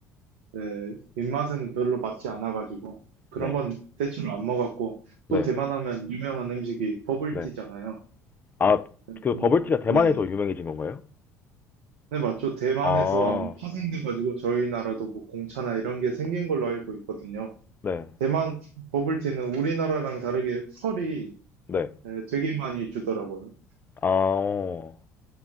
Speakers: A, on the right; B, on the left.
A: 네, 입맛에는 별로 맞지 않아가지고, 그런
B: 네.
A: 건 대충 안 먹었고,
B: 네.
A: 또 대만 하면 유명한 음식이 버블티잖아요.
B: 네. 아,
A: 음,
B: 그 버블티가 대만에서
A: 네네. 네,
B: 유명해진 건가요?
A: 네, 맞죠. 대만에서
B: 아,
A: 아마 파생돼가지고 저희 나라도 뭐 공차나 이런 게 생긴 걸로 알고 있거든요.
B: 네.
A: 대만 버블티는 우리나라랑 다르게 펄이
B: 네.
A: 네, 되게 많이 주더라고요.
B: 아, 어.